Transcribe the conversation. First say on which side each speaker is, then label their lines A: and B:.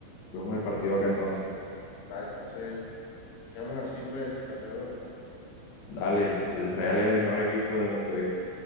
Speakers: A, on the left; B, on the left.
A: Vemos el partido acá entonces.
B: Ah, entonces, quedamos así pues, perdedor.
A: Dale, el Real es el mejor equipo del mundo, ¿viste?